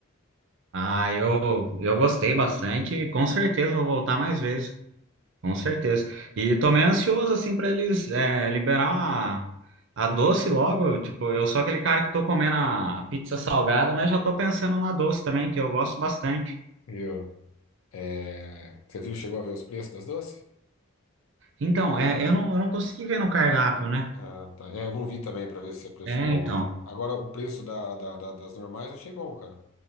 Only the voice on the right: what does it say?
Ah, eu, eu gostei bastante e com certeza vou voltar mais vezes, com certeza. E tô meio ansioso, assim, pra eles é, liberar a, a doce logo. Tipo, eu sou aquele cara que tô comendo a, a pizza salgada, mas já tô pensando na doce também, que eu gosto bastante.
Então, é, eu não, eu não consegui ver no cardápio, né?
É,
então.